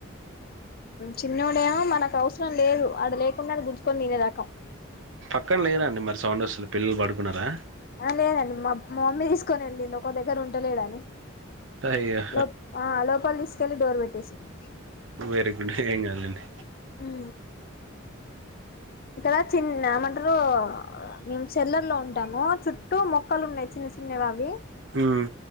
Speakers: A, on the left; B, on the right.
A: చిన్నో డేమో మనకు అవసరం లేదు అది లేకున్నా గుర్ తినేదాక
B: పక్కన లేదండి మరి సౌండ్ అసలు పిల్లలు పడుకున్నారా
A: ఆ లేదండి మా మా మమ్మీ తీసుకొని వెళ్ళింది ఒక దగ్గర ఉండలేడని
B: అయ్యో
A: లో ఆ లోపలి తీసుకెళ్ళి డోర్ పెట్టేసింది
B: వెరీ గుడ్ ఏం కాదులేండి
A: ఉ ఉ కదా చిన్న ఏమంటారు మేము చెల్లర్లో ఉంటాము చుట్టూ మొక్కలు ఉన్నాయి చిన్న చిన్నవి అవి
B: హ్మ్మ్